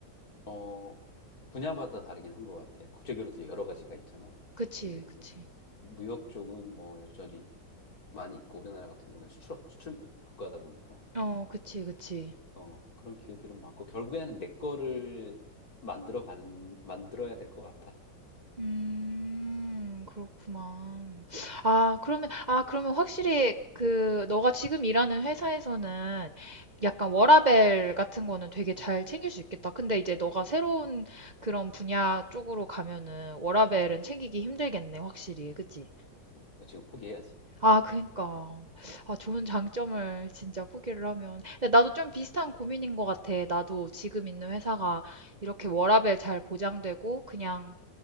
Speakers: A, on the left (about 50°); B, on the right (about 30°).
A: 어, 분야마다 다르긴 한 것 같아. 국제 교류도 여러 가지가 있잖아.
B: 그치,
A: 근데 이제
B: 그치.
A: 무역 쪽은 뭐 여전히 많이 있고 우리나라 같은 경우에 수출업 수출 국가다 보니까
B: 어, 그치, 그치.
A: 어, 그런 기회들은 많고 결국에는 내 거를 만들어 가는 만들어야 될 것 같아.
B: 음, 그렇구만.
A: 음.
B: 아, 그러면, 아, 그러면 확실히 그, 너가 지금 일하는 회사에서는 약간 워라밸 같은 거는 되게 잘 챙길 수 있겠다. 근데 이제 너가 새로운 그런 분야 쪽으로 가면은 워라밸은 챙기기 힘들겠네, 확실히. 그치?
A: 이거 지금 포기해야지.
B: 아, 그니까. 아, 좋은 장점을 진짜 포기를 하면. 근데 나도 좀 비슷한 고민인 것 같아. 나도 지금 있는 회사가 이렇게 워라밸 잘 보장되고 그냥